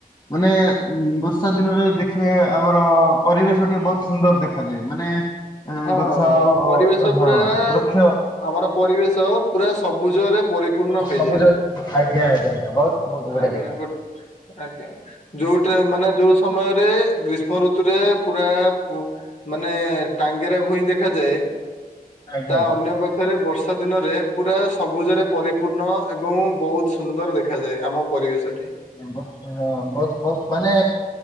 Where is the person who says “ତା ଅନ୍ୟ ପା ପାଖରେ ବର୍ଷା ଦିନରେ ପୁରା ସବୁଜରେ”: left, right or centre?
Left